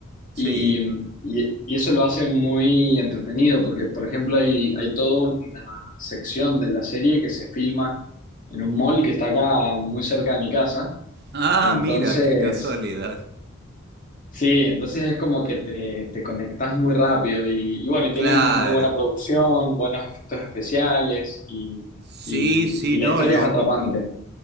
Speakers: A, on the right (about 55°); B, on the left (about 40°).
A: Sí.
B: Y, y- y eso lo hace muy entretenido, porque, por ejemplo, hay, hay toda una sección de la serie que se filma en un mall que está acá muy cerca de mi casa.
A: Ah,
B: Entonces,
A: mira, qué casualidad.
B: sí, entonces es como que te, te conectás muy rápido. Y, y bueno, y tiene
A: Claro.
B: muy buena producción, buenos efectos especiales y,
A: Sí,
B: y
A: sí,
B: y
A: no,
B: la historia
A: yo
B: es atrapante.